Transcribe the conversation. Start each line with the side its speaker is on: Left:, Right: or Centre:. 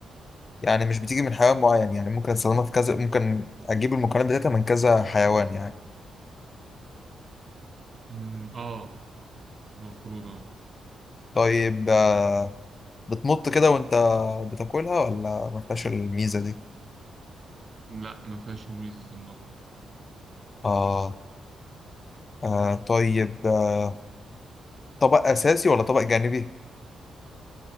Left: يعني مش بتيجي من حيوان معين يعني ممكن استخدمها في كذا ممكن أجيب المكونات بتاعتها من كذا حيوان يعني
Right: أمم، آه المفروض آه
Left: طيب آه بتمط كده وأنت بتاكلها ولا ما فيهاش الميزة دي؟
Right: لا ما فيهاش ميزة المط
Left: آه, آه طيب آه طبق أساسي ولا طبق جانبي؟